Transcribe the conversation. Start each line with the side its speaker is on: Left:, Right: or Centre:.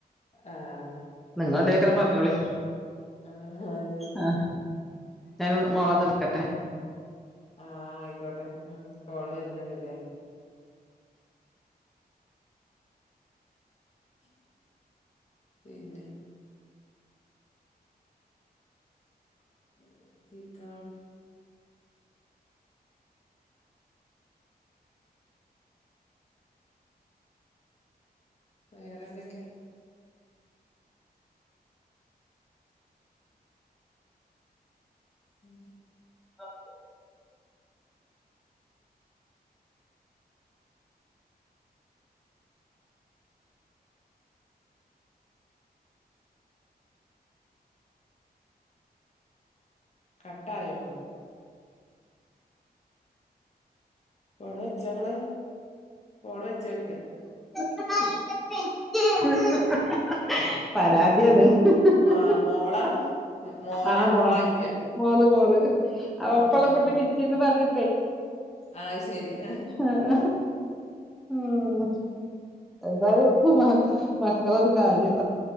Left: ആഹ
Centre: നിങ്ങള് എന്തേലേകേ പറഞ്ഞോളി
Left: ആഹ് അത് ശരി
Centre: ആ ഞാൻന്ന മോളെന്ന് ഇടുക്കട്ടെ.
Left: ആ ആയിക്കോട്ടെ ഉം കോൾ വരുന്ന ണ്ടല്ലേ പിന്നെ <unintelligible> വെറെ എന്തൊക്കെ ഉം
Centre: <inaudible>
Left: കട്ടായോ ഫോണ് വെചോങ്ങള് ഫോണ് വെചോയിക്കാ
Centre: അ അ പരാതിയണ്
Left: ആ മോള മോ- മോനെ
Centre: ആ
Left: മോളായിക്ക
Centre: മോ മോള് മോള്
Left: മോള്
Centre: ഒപ്പല്ല
Left: ആ
Centre: കുട്ടി പിച്ചിന്ന്പറഞ്ഞ
Left: ആ ശരി ആ
Centre: <unintelligible> ഉം എന്തായാലും മക്കളൊരു കാര്യം